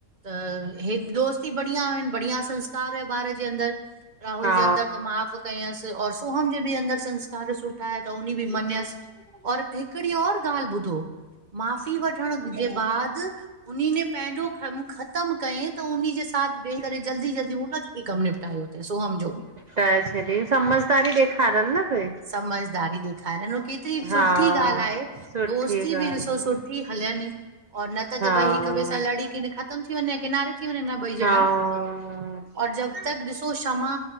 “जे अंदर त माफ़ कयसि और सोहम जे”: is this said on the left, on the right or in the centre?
Right